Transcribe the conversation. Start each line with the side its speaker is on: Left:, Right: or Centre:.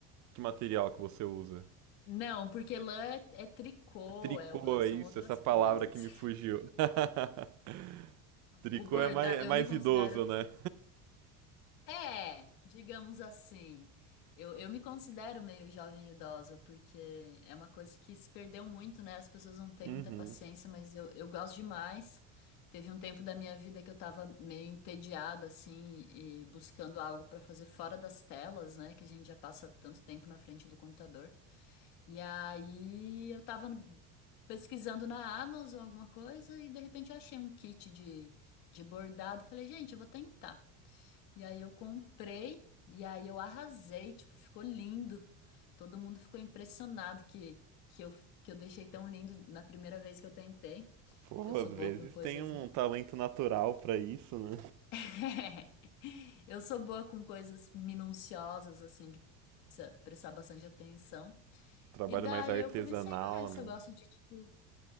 Right: Que material que você usa?
Left: Não, porque lã é, é tricô,
Right: Tricô,
Left: é- são
Right: é isso,
Left: outras
Right: essa palavra
Left: coisas.
Right: que me fugiu. <laughs> Tricô
Left: O bordado,
Right: é mais, é
Left: eu
Right: mais
Left: me considero
Right: idoso, né?
Left: É, digamos assim. Eu, eu me considero meio jovem idosa, porque é uma coisa que se perdeu muito, né? As pessoas não têm
Right: Uhum.
Left: muita paciência, mas eu, eu gosto demais. Teve um tempo da minha vida que eu tava meio entediada, assim, e buscando algo pra fazer fora das telas, né? Que a gente já passa tanto tempo na frente do computador. E aí eu tava pesquisando na Amazon alguma coisa e de repente eu achei um kit de, de bordado. Falei, gente, eu vou tentar. E aí eu comprei e aí eu arrasei, tipo, ficou lindo. Todo mundo ficou impressionado que, que eu, que eu deixei tão lindo na primeira vez que eu tentei,
Right: Pô,
Left: que eu sou
Right: às
Left: boa
Right: vezes
Left: com coisas.
Right: tem um talento natural pra isso, né?
Left: <laughs> Eu sou boa com coisas minuciosas, assim, que precisa prestar bastante atenção.
Right: Trabalho
Left: E daí
Right: mais artesanal,
Left: eu comecei nessa,
Right: né?
Left: eu gosto de, tipo,